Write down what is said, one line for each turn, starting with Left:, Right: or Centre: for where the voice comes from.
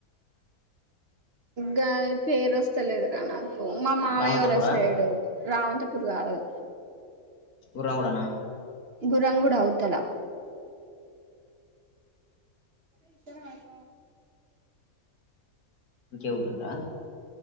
Right: గా పేరు వస్త లేదు రా నాకు మా మామయ్య
Left: రామంతపురా
Right: వాళ్ళ సైడు రావంతపూర్ కాదు
Left: ఉరవ్ వన
Right: గురంగుడు అవుతలా ఇద్దర భాష
Left: ఇంకే ఊడుందా